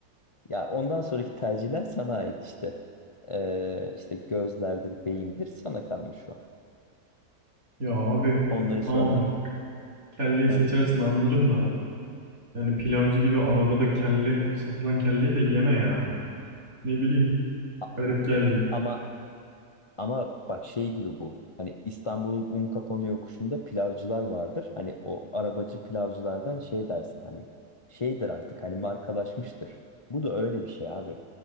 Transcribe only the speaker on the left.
Ya ondan sonraki tercihler sana ait işte. Ee, işte gözlerdir, beyindir sana kalmış o.
Onları
sonra
Hı.
A-
ama ama bak şey gibi bu. Hani İstanbul'un Unkapanı yokuşunda pilavcılar vardır. Hani o arabacı pilavcılardan şey dersin hani şeydir artık hani markalaşmıştır. Bu da öyle bir şey abi.